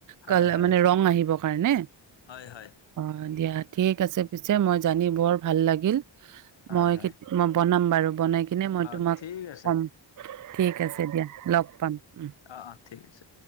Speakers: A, on the left; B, on the right.
A: হয়
B: কালা
A: হয়
B: মানে ৰং আহিব কাৰণে?
A: হয়, হয়।
B: অ', দিয়া ঠিক আছে পিছে মই জানি বৰ ভাল লাগিল। মই
A: হয় হয়
B: কেত মই বনাম বাৰু। বনাই কিনে মই
A: অঁ
B: তোমাক
A: ঠিক আছে
B: কম। ঠিক আছে দিয়া লগ পাম। উম।
A: আহ, অ ঠিক আছে।